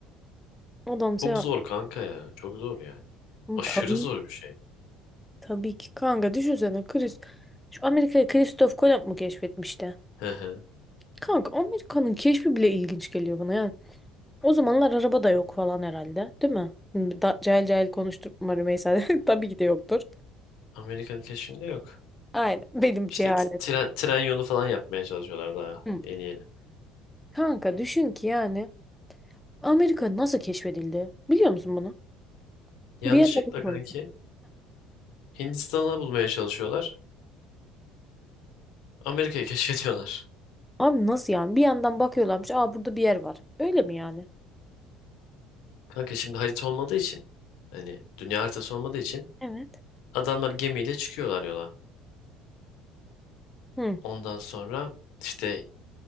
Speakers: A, in the centre; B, on the left (about 75°).
A: Adam seyahat
B: Çok zor kanka ya çok zor yani.
A: Oğlum
B: Aşırı
A: tabii
B: zor bir şey.
A: tabii ki kanka düşünsene Chris şu Amerika'yı Christoph Kolomb mu keşfetmişti?
B: Hı hı.
A: Kanka Amerika'nın keşfi bile ilginç geliyor bana yani. O zamanlar araba da yok falan herhalde değil mi? Hı, Da, cahil cahil konuşturma Rümeysa. <laughs> Tabii ki de yoktur.
B: Amerikan keşfinde yok.
A: Aynen benim cehalet.
B: İşte t- tren, tren yolu falan yapmaya çalışıyorlar daha
A: Hı.
B: yeni yeni.
A: Kanka düşün ki yani Amerika nasıl keşfedildi? Biliyor musun bunu?
B: Yanlışlıkla
A: Bir yerde bunu konuşuyor.
B: kanki Hindistan'ı bulmaya çalışıyorlar. Amerika'yı <laughs> keşfediyorlar.
A: Abi nasıl yani? Bir yandan bakıyorlarmış. Aa burada bir yer var. Öyle mi yani?
B: Kanka şimdi harita olmadığı için hani dünya haritası olmadığı için
A: Evet.
B: adamlar gemiyle çıkıyorlar yola.
A: Hı.
B: Ondan sonra işte